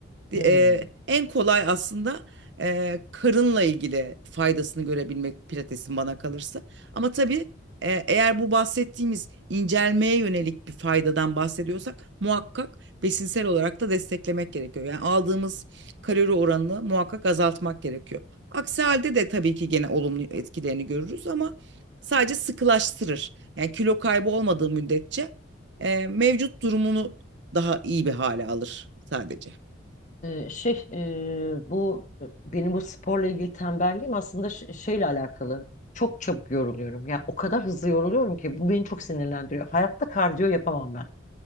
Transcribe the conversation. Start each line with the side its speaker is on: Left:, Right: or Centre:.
Right: Eee,
Left: Hmm.
Right: en kolay aslında eee, karınla ilgili faydasını görebilmek pilatesin bana kalırsa. Ama tabii eee, eğer bu bahsettiğimiz incelmeye yönelik bir faydadan bahsediyorsak muhakkak besinsel olarak da desteklemek gerekiyor. Yani aldığımız kalori oranını muhakkak azaltmak gerekiyor. Aksi halde de tabii ki gene olumlu etkilerini görürüz ama sadece sıkılaştırır. Yani kilo kaybı olmadığı müddetçe eee, mevcut durumunu daha iyi bir hale alır sadece.
Left: Ee, şey e, bu benim bu sporla ilgili tembelliğim aslında ş- şeyle alakalı. Çok çabuk yoruluyorum. Yani o kadar hızlı yoruluyorum ki bu beni çok sinirlendiriyor. Hayatta kardiyo yapamam ben.